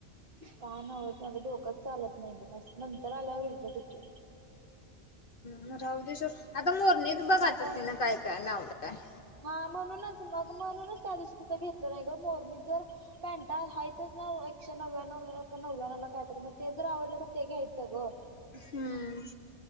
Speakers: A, on the right (about 50°); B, on the left (about 55°).
A: का नवंच माझं डोकंच चालत नाही बस नंतर आल्यावर इतो
B: म राहू दे सोड आता मोरणीच बघात
A: आता
B: तिनं काय काय लावलाय.
A: हा म्हणूनच मग म्हणूनच त्या दिवशी तिथं घेतलं नाही ग मोरनी जर पॅन्ट हायतच ना एकशे नव्याण्णव नव्याण्व कायत मग ते जर आवडलं तर ते घ्यायचं गं.
B: हम्म.